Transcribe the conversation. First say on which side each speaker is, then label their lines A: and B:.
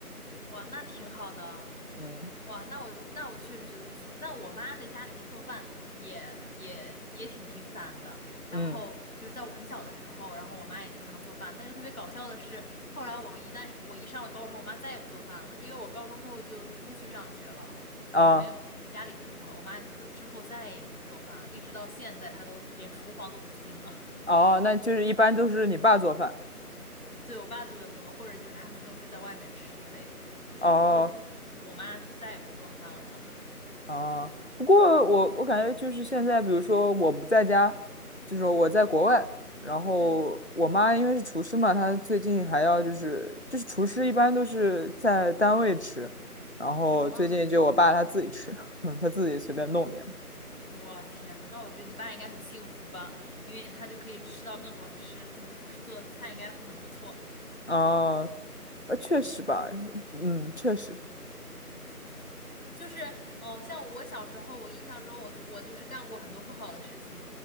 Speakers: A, on the left; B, on the left.
A: 哇，那挺好的。
B: 嗯
A: 哇，那我那我确实觉得不错。但我妈在家里面做饭也也也挺频繁的。然后就是在我很小的时候，
B: 嗯
A: 然后我妈也经常做饭。但是特别搞笑的是，后来我一旦是我一上了高中，我妈再也不做饭了，因为我高中之后就出去上学了，就没有自己住了。
B: 啊。
A: 我妈之之后再也不做饭了，一直到现在她都连厨房都不进了。
B: 哦，那就是一般都是你爸做饭。
A: <laughs> 对，我爸做的多，或者就是他们都是在外面吃之类的，就是不会说我妈就再也不做饭了。
B: 哦哦，不过我我感觉就是现在，比如说我不在家，就是我在国外，然后我妈因为是厨师嘛，
A: 嗯，
B: 她最近还要就是就是厨师一般都是在单位吃，然后最近就我爸他自己吃，
A: 啊，
B: <laughs> 他自己随便弄点。
A: 我天呐，那我觉得你爸应该很幸福吧，因为他就可以吃到更好吃，你厨师做的菜应该会很不错。
B: 啊，呃，确实吧，嗯，确实。
A: 就是，哦，像我小时候，我印象中我我就是干过很多不好的事情，